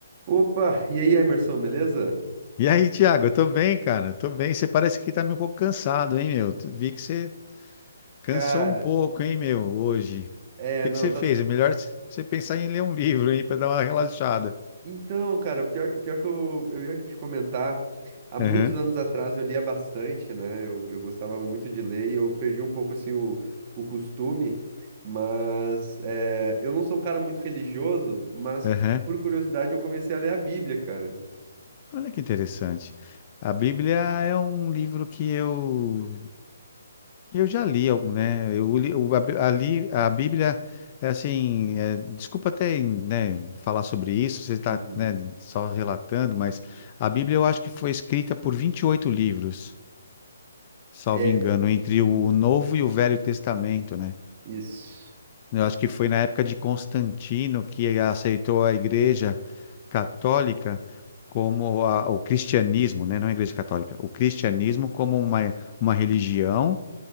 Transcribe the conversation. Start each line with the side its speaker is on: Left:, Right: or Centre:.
Right: Opa, e aí, Emerson, beleza?
Left: E aí, Thiago, eu tô bem, cara. Tô bem. Você parece que tá meio um pouco cansado, hein, meu? Tu- Vi que você cansou
Right: Cara,
Left: um pouco, hein, meu, hoje.
Right: é,
Left: O que
Right: não,
Left: que você
Right: tá.
Left: fez?
Right: c-
Left: É melhor c- você pensar em ler um livro, hein, pra dar uma relaxada.
Right: Então, cara, pior, pior que eu, eu ia te comentar, há muitos
Left: Aham,
Right: anos atrás eu lia bastante, né? Eu, eu gostava muito de ler e eu perdi um pouco, assim, o, o costume, mas é, eu não sou um cara muito religioso, mas
Left: aham.
Right: por curiosidade eu comecei a ler a Bíblia, cara.
Left: Olha que interessante. A Bíblia é um livro que eu Eu já li algum, né? Eu li, o- a, Bí- a li- a Bíblia, é assim, é, desculpa até, né, falar sobre isso, você está,
Right: Uhum.
Left: né, só relatando, mas a Bíblia eu acho que foi escrita por 28 livros, salvo
Right: É,
Left: engano, entre
Right: uhum,
Left: o Novo e o Velho Testamento, né?
Right: isso,
Left: Eu acho que foi na época de Constantino que aceitou a Igreja Católica como a- o cristianismo, né? Não a Igreja Católica, o cristianismo como uma, uma religião